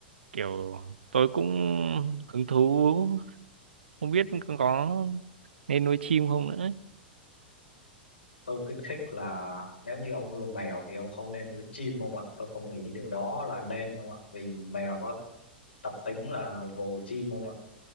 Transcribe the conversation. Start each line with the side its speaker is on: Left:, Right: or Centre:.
Right: kiểu tôi cũng hứng thú không biết có nên nuôi chim không nữa ấy.
Left: tôi khuyến khích là nếu như ông nuôi mèo thì ông không nên nuôi chim ông ạ tôi không nghĩ điều đó là nên ông ạ vì mèo có tập tính là vồ chim ông ạ